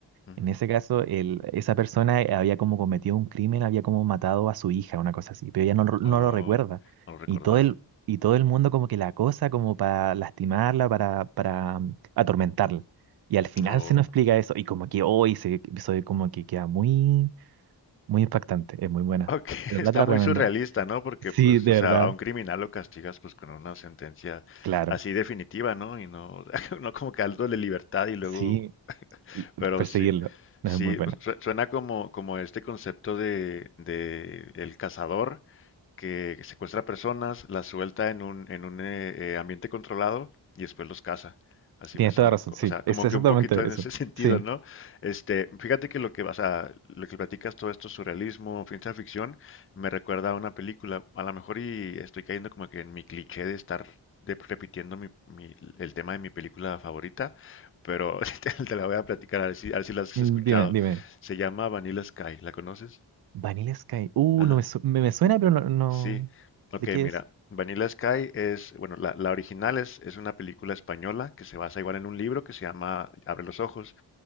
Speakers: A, on the left; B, on the right.
A: ujú.
B: En ese caso, el- esa persona eh, había como cometido un crimen, había como matado a su hija, una cosa así, pero ella no, lo- no
A: Oh,
B: lo recuerda.
A: no lo recordaba.
B: Y todo el, y todo el mundo como que la acosa como para lastimarla, para, para mm, atormentarla. Y al final
A: No.
B: se nos explica eso, y como que hoy se, se- como que queda muy, muy impactante, es muy buena.
A: Ok, <laughs>
B: De verdad
A: está
B: te la
A: muy
B: recomiendo.
A: surrealista, ¿no? Porque,
B: Sí,
A: pues,
B: de
A: o sea,
B: verdad,
A: a un criminal lo castigas, pues, con una sentencia
B: claro.
A: así definitiva, ¿no? Y no, <laughs> no como que algo de libertad y luego,
B: Sí, l-
A: pero
B: perseguirlo.
A: sí,
B: no
A: sí,
B: Es muy buena.
A: pues, su- suena como, como este concepto de, de el cazador, que secuestra personas, las suelta en un, en un eh, eh, ambiente controlado y después los caza. Así
B: Tienes
A: me sonó.
B: toda la razón,
A: Co-
B: sí.
A: O sea, como
B: Es exactamente
A: que un poquito en
B: eso.
A: ese <laughs> sentido,
B: Sí.
A: ¿no? Este, fíjate que lo que, vas a lo que platicas todo esto, surrealismo, ciencia ficción, me recuerda a una película. A lo mejor y estoy cayendo como que en mi cliché de estar de- repitiendo mi- mi- el tema de mi película favorita, pero <laughs> te, te la voy a platicar, a ver si, a ver si la has
B: Mm,
A: escuchado.
B: Dime, dime.
A: Se llama Vanilla Sky, ¿la conoces?
B: Vanilla Sky. Uh,
A: Ajá.
B: no me, su- me, me suena, pero no, no.
A: Sí, ok,
B: ¿De qué
A: mira,
B: es?
A: Vanilla Sky es, bueno, la, la original es, es una película española que se basa igual en un libro que se llama Abre los ojos.